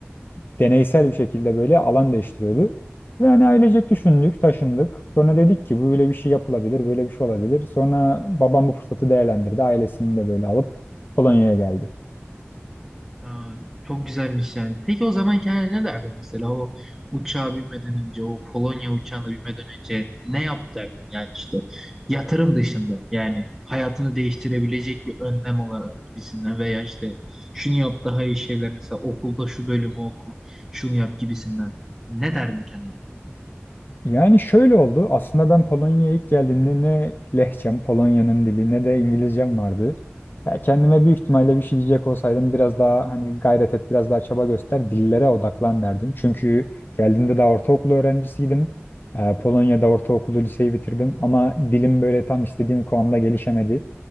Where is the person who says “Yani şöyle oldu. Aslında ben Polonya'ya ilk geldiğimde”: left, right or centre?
Left